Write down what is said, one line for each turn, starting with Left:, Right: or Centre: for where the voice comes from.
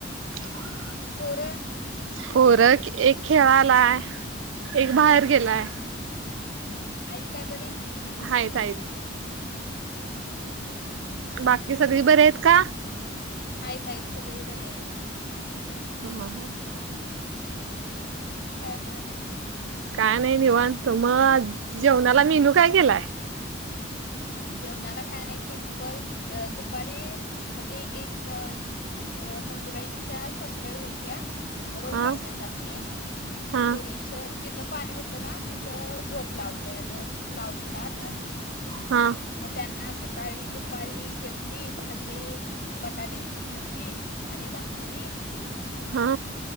Right: <unintelligible>
Left: पोर.
Right: पोर एक खेळालाय एक बाहेर गेलाय.
Left: हैत काय बरी.
Right: हाईत हाईत.
Left: हम्म.
Right: बाकी सगळी बरी आहेत का
Left: आहेत आहेत सगळे बरे आहेत
Right: हा ह
Left: काय म आणी
Right: काय नाही निवाण त मग जेवणाला मेनू काय केलाय
Left: जेवणाला काय नाही सिम्पल दुपारी म्हणजे एक. हो नंदुबाईंच्या सासूबाई होत्या रोप
Right: हा
Left: लावण्यासाठी
Right: हा
Left: थोडीस जिथं पाणी होतं ना तिथं रोप लावलेलं लावली त आज
Right: हा
Left: मग त्यांना सकाळी दुपारी केलती भाजी बटाट्याची भाजी आणि भाकरी
Right: हा